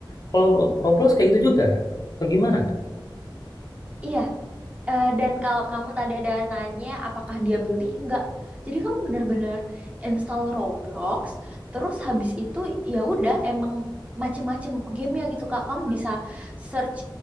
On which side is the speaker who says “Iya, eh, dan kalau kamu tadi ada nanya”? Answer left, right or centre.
Right